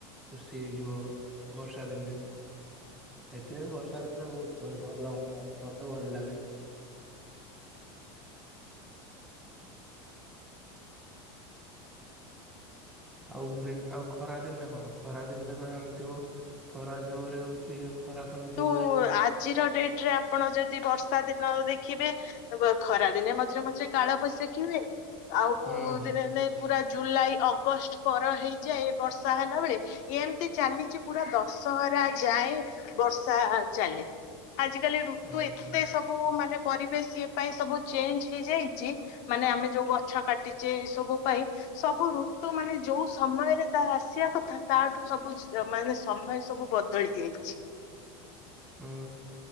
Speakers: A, in the centre; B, on the left (about 55°).
A: ଖୁସି ହେଇଯିବ ବର୍ଷା ଦିନେ। ଏଥିରେ ବି ବର୍ଷା ଋତୁୁର ବହୁତ ଭଲ ମତେ ଭଲ ଲାଗେ। ଆଉ ଗ୍ରି ଆଉ ଖରା ଦିନରେ କଣ? ଖରା ଦିନରେ ବି ତ ଜାଣିଥିବ ଖରା ଜୋରେ ହଉଚି। ଖରା ତ <unintelligible>
B: କିନ୍ତୁ
A: ହୁଏ। ଆ
B: ଆଜିର ଡେଟ ରେ ଆପଣ ଯଦି ବର୍ଷା ଦିନ ଦେଖିବେ ବ ଖରା ଦିନେ ମଝିରେ ମଝିରେ କାଳ ବଇଶାଖି ହୁଏ ଆଉ
A: ହୁଁ ହୁଁ
B: ଦିନେ ଦିନେ ପୁରା ଜୁଲାଇ ଅଗଷ୍ଟ ପର ହେଇଯାଏ ବର୍ଷା ହେଲା ବେଳେ। ଏମତି ଚାଲିଚି ପୁରା ଦଶହରା ଯାଏ ବର୍ଷା ଚାଲେ ଆଜିକାଲି ଋତୁ
A: ହୁଁ
B: ଏତ ତେ ସବୁ ମାନେ ପରିବେଶ ଇଏ ପାଇଁ ସବୁ ଚେଞ୍ଜ ହେଇଯାଇଚି ମାନେ ଆମେ ଯୋଉ ଗଛ କାଟିଚେ ଏଇ ସବୁ ପାଇଁ ସବୁ ଋତୁ ମାନେ ଯୋଉ ସମୟରେ ତା ଆସିବା କଥା ତାଠୁ ସବୁ ମାନେ ସମୟ ସବୁ ବଦ ଦଳି ଯାଇଛି।
A: ହୁଁ